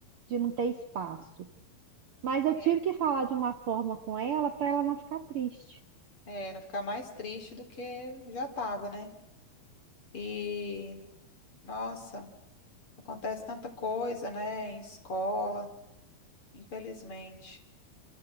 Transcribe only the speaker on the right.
de não ter espaço. Mas eu
tive que falar de uma forma com ela para ela não ficar triste.